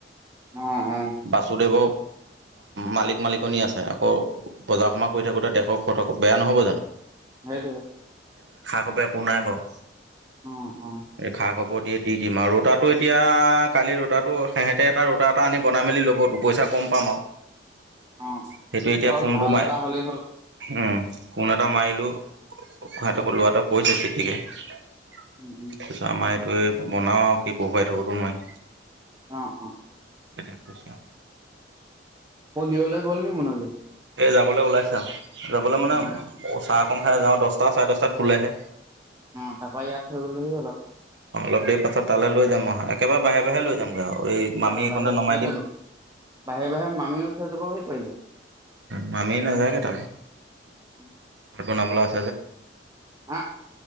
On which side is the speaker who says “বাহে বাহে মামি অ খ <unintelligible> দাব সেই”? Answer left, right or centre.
Right